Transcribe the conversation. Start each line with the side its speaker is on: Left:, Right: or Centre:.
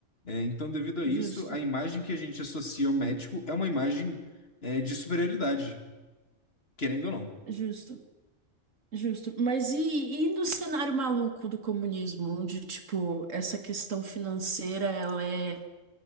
Left: É, então, devido a
Right: justo,
Left: isso, a imagem que a gente associa ao médico é uma imagem, é, de superioridade, querendo ou não.
Right: justo, justo. Mas e, e no cenário maluco do comunismo, onde, tipo, essa questão financeira, ela é